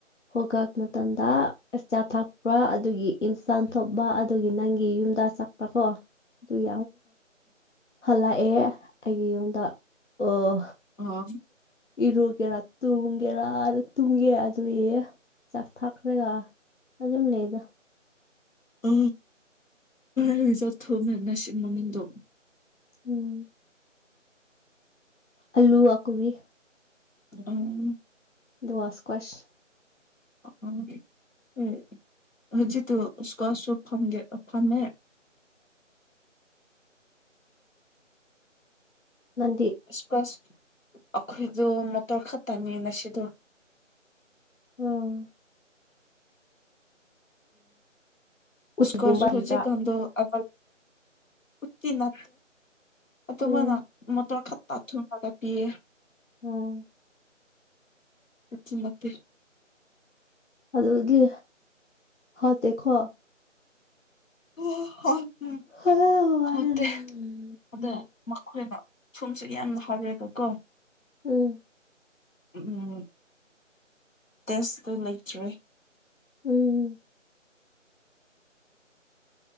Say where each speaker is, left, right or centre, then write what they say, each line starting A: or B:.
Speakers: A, on the left; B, on the left.
A: ꯍꯣ ꯀꯥꯛꯄ ꯃꯇꯝꯗꯆꯥꯥ ꯊꯛꯄ ꯑꯗꯨꯒꯤ ꯏꯟ ꯆꯥꯟꯊꯄ ꯑꯗꯨꯒꯤ ꯅꯪꯒꯤ ꯌꯨꯝꯗ ꯆꯠꯄ ꯀꯣ ꯑꯗꯨꯨ ꯍꯜꯂꯛꯑꯦ ꯑꯩꯒꯤ ꯌꯨꯝꯗ ꯑꯣ
B: ꯑ
A: ꯏꯔꯨꯒꯦꯔꯥ ꯇꯨꯡꯒꯦꯔꯥ ꯇꯨꯡꯒꯦ ꯑꯗꯨ ꯑꯦ ꯆꯥꯛ ꯊꯥꯛꯈ꯭ꯔꯦꯒ ꯑꯗꯨꯝ ꯂꯩꯗ
B: ꯑ ꯀ ꯆ ꯊ ꯃꯅꯁꯤ ꯃꯃꯤꯗꯣ
A: ꯎꯝ ꯑꯜꯂꯨ ꯋꯥꯀꯕꯤ
B: ꯎꯝ
A: ꯗꯨꯋꯥꯁꯀꯁ
B: ꯎ ꯎꯝ ꯍꯧꯖꯤ ꯎꯀꯣ ꯁꯣ ꯐꯒꯦ ꯐꯃꯦ
A: ꯅꯪꯗꯤ
B: ꯏꯁꯀ꯭ꯋꯥꯁ ꯑꯈꯣꯏꯗꯣ ꯃꯇꯔ ꯈꯥ ꯇꯥꯅꯤ ꯅꯁꯤꯗꯣ
A: ꯑꯥ
B: ꯎꯝꯀꯣꯁꯨ
A: ꯎꯠꯒꯨꯝꯕ
B: ꯍꯧꯖꯤꯗ
A: ꯄꯤꯕ꯭ꯔꯥ
B: ꯑ ꯎꯠꯀꯤ ꯅꯦ ꯑꯗꯨꯗ
A: ꯎꯝ
B: ꯃꯅ ꯃꯇꯔ ꯈ ꯄꯊꯨꯝ ꯇꯥ ꯄꯤꯌꯦ
A: ꯑꯣ
B: ꯄꯆꯃꯊ
A: ꯑꯗꯨꯗꯤ ꯍꯥꯎꯇꯦꯀꯣ
B: ꯑꯣ ꯍꯣꯏ ꯍ
A: ꯋꯥꯔꯦꯗ
B: ꯑꯣꯠꯇꯦ
A: ꯎꯝ
B: ꯑꯗ
A: ꯎꯝ
B: ꯃꯈꯣꯏꯅ ꯁꯣꯝꯁꯨ ꯌꯥꯝꯅ ꯍꯥꯎꯋꯦꯕꯀꯣ
A: ꯎꯝ
B: ꯎꯝ ꯇꯦꯁꯇꯨ ꯂꯩꯇ꯭ꯔꯦ
A: ꯎꯝ